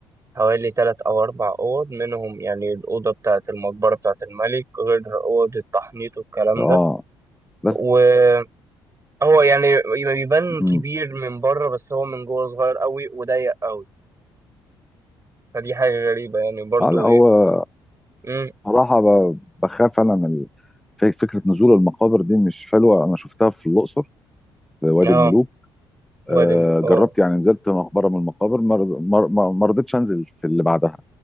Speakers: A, on the right (about 30°); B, in the centre.
A: حوالي تلات أو أربع أوض منهم يعني الأوضة بتاعة المقبرة بتاعة الملك غير أوض التحنيط والكلام
B: اه
A: ده
B: بس
A: وهو يعني يبان كبير
B: مم.
A: من بره بس هو من جوه صغير أوي وضيق أوي فدي حاجة غريبة يعني برضو
B: اه لا هو
A: إيه مم.
B: صراحة ب- بخاف انا من فك- فكرة نزول المقابر دي مش حلوة انا شفتها في الاقصر في وادي
A: آه
B: الملوك
A: وادي
B: آه
A: الن- آه
B: جربت يعني نزلت مقبرة من المقابر ما رض- ما ما- ما رضيتش انزل في اللي بعدها